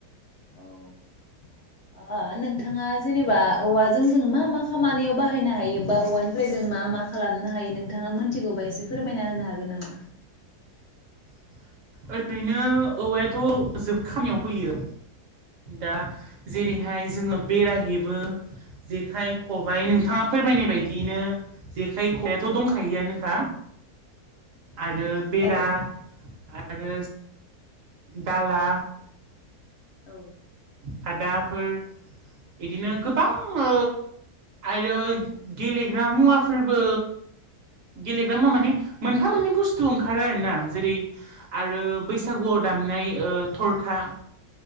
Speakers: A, on the left (about 60°); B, on the right (about 60°).
A: औ। ओ नोंथाङा जेनेबा औवाजों जों मा मा खामानियाव बाहायनो हायोबा औवानिफ्राय जों मा मा खालामनो हायो नोंथाङा मोनथिगौबा एसे फोरमायना होनो हागोन नामा?
B: <inaudible> ओरैनो औवायाथ' जोब खानायाव फैयो दा। जेरैहाय
A: औ
B: जोङो बेरा हेबो जेखाइ खबाइ नोंथाङा फोरमायनाय बायदियैनो
A: औ
B: जेखाय खबायाथ' दं खायोआनोखा
A: औ
B: आरो बेरा
A: औ
B: आरो दाला
A: औ।
B: खादाफोर बिदिनो गोबां ओ आरो गेलेग्रा मुवाफोरबो गेलेग्रा मुवा माने मोनफा मोननै बुस्थु ओंखारो आरो ना। जेरै आरो बैसागुआव दामनाय ओ थरखा।